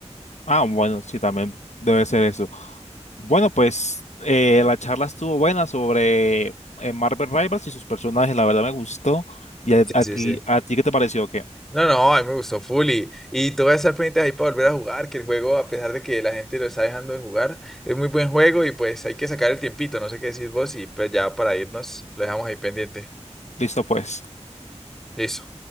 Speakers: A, on the left (about 75°); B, in the centre.
A: Ah, bueno, sí, también debe ser eso. Bueno, pues eh, la charla estuvo buena sobre eh, Marvel Rivals y sus personajes. La verdad me gustó. ¿Y a,
B: Sí,
A: a-
B: sí, sí.
A: a ti qué te pareció? ¿Qué?
B: No, no, a mí me gustó Fully. Y tú vas a estar pendiente ahí para volver a jugar, que el juego, a pesar de que la gente lo está dejando de jugar, es muy buen juego y pues hay que sacar el tiempito. No sé qué decís vos y pues ya para irnos, lo dejamos ahí pendiente.
A: Listo, pues.
B: Listo.